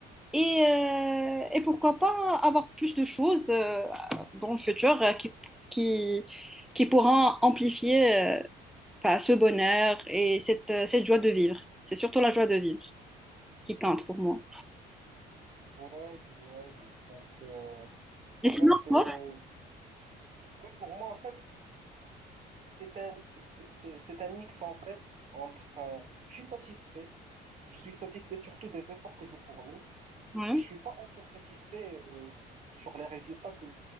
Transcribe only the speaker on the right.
ouais. ouais. Donc, euh, en
fait, euh,
ouais, pour moi, en fait, c'est c'est un, c'est c'est- c'est- c'est un mix en fait entre euh, je suis satisfait, je suis satisfait surtout des efforts que je fournis.
mais je suis pas encore satisfait euh, sur les résultats que,